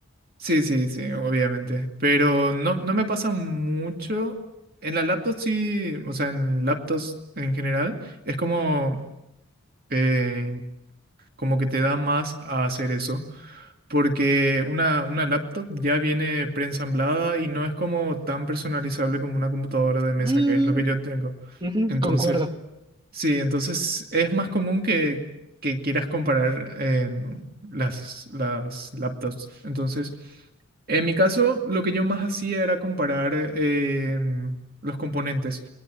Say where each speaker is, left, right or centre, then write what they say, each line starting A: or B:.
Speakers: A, on the right (about 45°); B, on the right (about 20°).
A: Sí, sí, sí, obviamente. Pero no, no me pasa mucho. En la laptop sí, o sea, en laptops en general, es como, eh, como que te da más a hacer eso. porque una, una laptop ya viene preensamblada y no es como tan personalizable como una computadora de mesa,
B: Mm,
A: que es lo que yo tengo.
B: ujú,
A: Entonces,
B: concuerdo.
A: Sí, entonces es más común que, que quieras comparar en las, las laptops. Entonces, en mi caso, lo que yo más hacía era comparar em, los componentes.